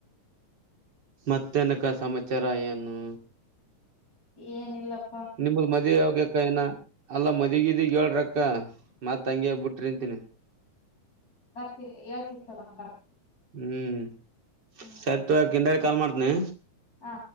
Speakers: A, on the right (about 35°); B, on the left (about 30°).
A: ಮತ್ತನಕ್ಕ ಸಮಾಚಾರ ಏನು
B: ಏನಿಲ್ಲಪ್ಪ
A: ನಿಮ್ದ ಮದ್ ಆೋಗಕ್ಕ ಏನ ಅಲ್ಲಾ ಮದಿಗಿದಿ ಹೇಳ್ರಕ್ಕ ಕ್ಕ ಮತ್ ತಂಗಿ ಹೋಗಬ ಬಿಟ್ರಿಂತೀನಿ
B: ಬರ್ತಿವಿ ಹೇಳ್ತಿಿದವಿ ತಗೊಂಡೋ ಬರ್
A: ಹ್ಮ್
B: ಹ್ಮ್
A: ಸರ್ ತು ಕಂದ ಕಾಲ್ ಮಾಡ್ತನ
B: ಹಾ